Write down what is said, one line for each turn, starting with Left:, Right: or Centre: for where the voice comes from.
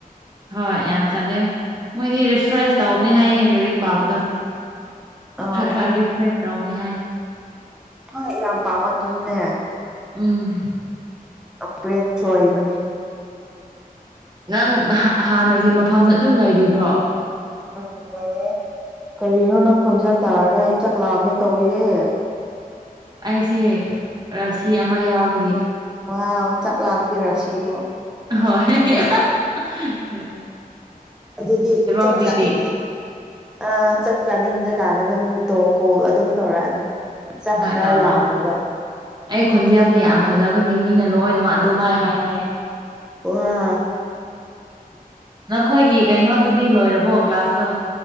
Right: ꯍꯣꯏ ꯌꯥꯝ ꯆꯠꯂꯦ ꯃꯣꯏꯗꯤ ꯔꯤꯐ꯭ꯔꯦꯁ ꯇꯧꯕꯅꯤ ꯍꯥꯏꯌꯦ ꯂꯥꯏꯔꯤꯛ ꯄꯥꯕꯗꯣ
Centre: ꯑꯥ
Right: ꯈꯔ ꯈꯔ
Centre: ꯑꯥ
Right: ꯔꯤꯐ꯭ꯔꯦꯁ ꯇꯧꯅꯤ ꯍꯥꯏ
Centre: ꯍꯣꯏ ꯌꯥꯝ ꯄꯥꯝꯃꯅꯁꯨꯅꯦ
Right: ꯎꯝ
Centre: ꯀꯝꯄ꯭ꯔꯦꯟꯁꯨ ꯍꯥꯏꯕꯅꯦ
Right: ꯅꯪ ꯅ ꯍꯥꯟꯅꯒꯤ ꯃꯐꯝꯗ ꯑꯗꯨꯝ ꯂꯩꯔꯤꯕ꯭ꯔꯣ
Centre: ꯑꯂꯑꯦ ꯀꯔꯤꯅꯣ ꯅꯪ ꯈꯣꯟꯖꯦꯜ ꯇꯥꯔꯒ ꯑꯩ ꯆꯥꯛ ꯂꯥꯛꯑꯝꯃꯦ ꯇꯧꯏꯌꯦ
Right: ꯑꯩꯁꯦ ꯔꯥꯁꯤ ꯑꯃ ꯌꯥꯎꯕꯒꯤ
Centre: ꯋꯥꯍ ꯆꯥꯛꯂꯥꯝꯒꯤ ꯔꯥꯁꯤꯔꯣ
Right: ꯍꯣꯏ ꯍ
Centre: ꯑꯗꯨꯗꯤ ꯆꯥꯛ
Right: ꯍꯧꯖꯤꯛꯇꯤ
Centre: ꯆꯥꯅꯤꯡ ꯑ ꯆꯥꯛ ꯆꯥꯅꯤꯡ ꯇꯥꯅ ꯅꯪꯇꯣ ꯀꯣꯜ ꯑꯗꯨꯝ ꯇꯧꯔꯛꯑꯅꯤ ꯆꯥꯛ
Right: ꯍꯣꯏ
Centre: ꯈꯔ
Right: ꯇꯧꯔꯛꯑꯣ
Centre: ꯂꯥꯝꯅꯕ
Right: ꯑꯩ ꯈꯣꯟꯖꯦꯜꯁꯦ ꯌꯥꯝ ꯐꯖꯕꯒꯤ ꯃꯤꯅ ꯂꯣꯏꯅꯃꯛ ꯑꯗꯨ ꯃꯥꯏ ꯍꯥꯏꯅꯩꯌꯦ
Centre: ꯑꯣ ꯑ
Right: ꯅꯈꯣꯏꯒꯤ ꯀꯩꯅꯣꯗꯨꯗꯤ ꯂꯣꯏꯔꯕꯣ ꯀ꯭ꯂꯥꯁꯇꯣ